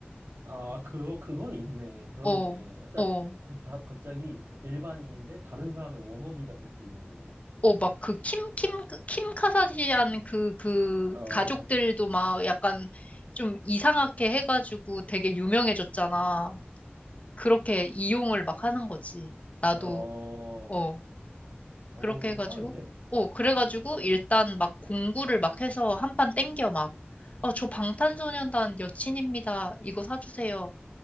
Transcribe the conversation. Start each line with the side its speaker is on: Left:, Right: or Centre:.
Right: 아, 그거, 그건 있네. 그렇네.
Left: 어,
Right: 살짝,
Left: 어,
Right: 다, 갑자기 뭐 일반인인데 다른 사람의 워너비가 될 수 있는 거네.
Left: 어, 막 그 킴, 킴, 그 킴 카사디안 그, 그
Right: 어,
Left: 가족들도 막 약간 좀 이상하게 해가지고 되게 유명해졌잖아. 그렇게 이용을 막 하는 거지. 나도,
Right: <laughs> 어,
Left: 어,
Right: 어,
Left: 그렇게
Right: 괜찮은데?
Left: 해가지고, 어, 그래가지고 일단 막 공구를 막 해서 한 판 땡겨 막. 어, 저 방탄소년단 여친입니다. 이거 사주세요.